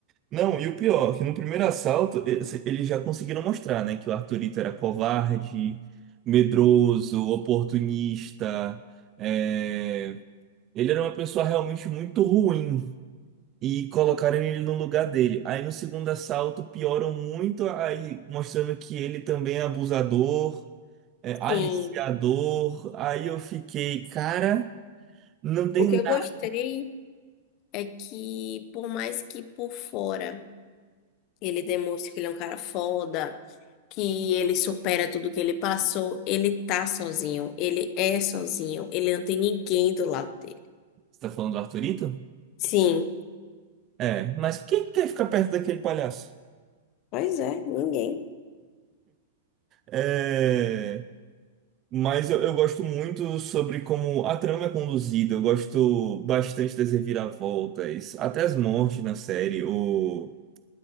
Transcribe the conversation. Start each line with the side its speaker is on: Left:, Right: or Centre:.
Right: Não, e o pior, que no primeiro assalto esse- eles já conseguiram mostrar, né, que o Arthurito era covarde, medroso, oportunista. é, Ele era uma pessoa realmente muito ruim e colocaram ele no lugar dele. Aí no segundo assalto pioram muito, aí mostrando que ele também é abusador, é aliciador.
Left: Sim,
Right: Aí eu fiquei, cara, não tem
Left: o que eu
Right: nada.
Left: gostei é que, por mais que por fora ele demonstre que ele é um cara foda, que ele supera tudo que ele passou, ele tá sozinho, ele é sozinho, ele não tem ninguém do lado dele.
Right: Você tá falando do Arthurito?
Left: Sim,
Right: É, mas quem quer ficar perto daquele palhaço?
Left: pois é, ninguém.
Right: É. Mas eu, eu gosto muito sobre como a trama é conduzida. Eu gosto bastante das reviravoltas, até as mortes na série. O,